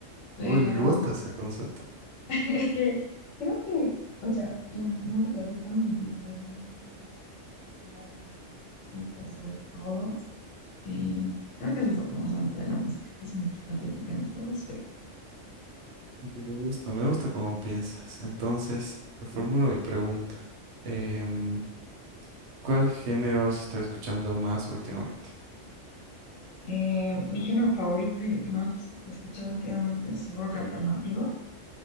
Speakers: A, on the left; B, on the right.
A: pero
B: Uy, me gusta ese concepto.
A: <laughs> es que creo que, o sea, la música es tan multidimensional, pues encasillarla en un artista sobre todos. Y creo que eso es lo que más me gusta de la música, que es multifacética en todos aspectos.
B: Me gusta, me gusta cómo piensas. Entonces, reformulo mi pregunta. Em, ¿cuál género has estado escuchando más últimamente?
A: Eh, mi género favorito y el que más he escuchado últimamente es rock alternativo.